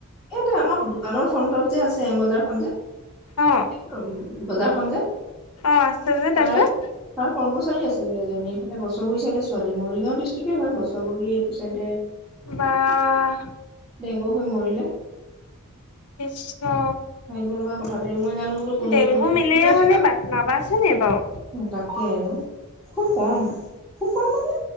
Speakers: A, in the centre; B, on the left.
A: এইটো আমাৰ দোকানৰ ফন্টত যে আছে এম বজাৰখন যে।
B: অ',
A: কি কম? বজাৰখন যে,
B: অ', আছে যে
A: তাৰে
B: তাৰপিছত
A: তাৰ কৰ্মচাৰী আছিলে এজনী। মান গছৰ গুৰি চাইডে ছোৱালি মৰিগাও ডিষ্টিকটে হয় গছৰ গুৰি এইটো চাই
B: বাহ!
A: ডেংগু হৈ মৰিলে।
B: কৃষ্ণ!
A: ভাবিব লগা কথা দেই মই জানো বোলো কোন
B: ডেংগু
A: ম
B: মেলেৰিয়া
A: যোৱা
B: হলে বা নাবাচেনে বাৰু
A: তাকে খুব কম খুব কম, মানে